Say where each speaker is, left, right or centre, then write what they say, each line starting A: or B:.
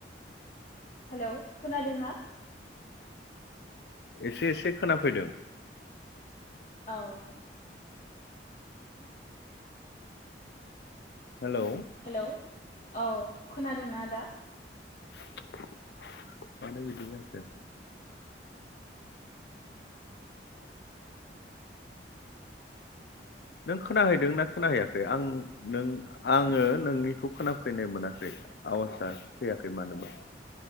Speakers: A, on the left (about 40°); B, on the left (about 65°).
A: हेलौ खोनादों ना
B: एसे एसे खोनाफैदों
A: औ
B: हेलौ
A: हेलौ औ खोनादों ना आदा
B: <unintelligible> मानो बिदि जाखो नों खोनाहैदों ना खोनाहैयाखै आं नों आङो नोंनिखौ खोनाफैनाय मोनाखै आवासा फैयाखै मानोबा